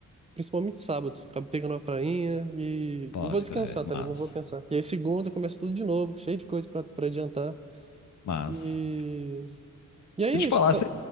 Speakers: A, on the right; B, on the left.
A: Principalmente sábado, acabo pegando uma prainha e,
B: Pode
A: e vou descansar,
B: crer.
A: tá
B: Mas,
A: ligado? Não vou pensar. E aí segunda começa tudo de novo, cheio de coisa pra, pra adiantar.
B: mas.
A: E, e aí
B: Deixa
A: é
B: eu
A: isso,
B: te falar,
A: tá?
B: você